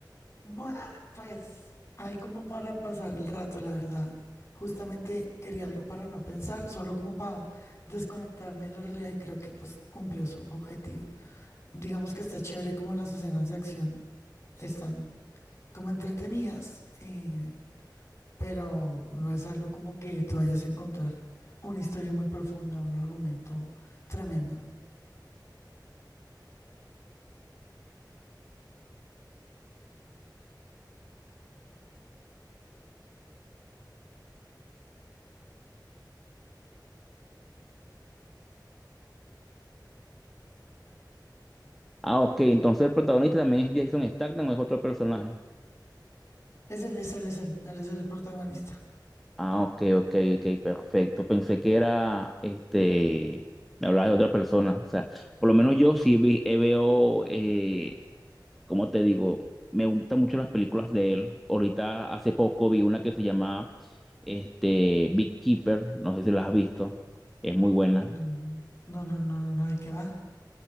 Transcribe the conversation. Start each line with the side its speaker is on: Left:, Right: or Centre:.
Left: Buah, pues hay como para pasar el rato, la verdad. Justamente quería algo para no pensar, solo como para desconectarme de la realidad y creo que pues cumplió su objetivo. Digamos que está chévere como las escenas de acción están como entretenidas, eh, pero no es algo como que tú vayas a encontrar una historia muy profunda, un argumento tremendo.
Centre: Ah, ok, entonces el protagonista también es Jason Statham, ¿o es otro personaje.
Left: Es él, es él, es él, él es el protagonista.
Centre: Ah, ok, ok, ok, perfecto. Pensé que era, este, me hablabas de otra persona. O sea, por lo menos yo sí vi- eh, veo, eh, ¿cómo te digo? Me gustan mucho las películas de él. Ahorita, hace poco, vi una que se llama, este, Keeper, no sé si la has visto. Es muy buena.
Left: No, no, no, no, no, ¿de qué va?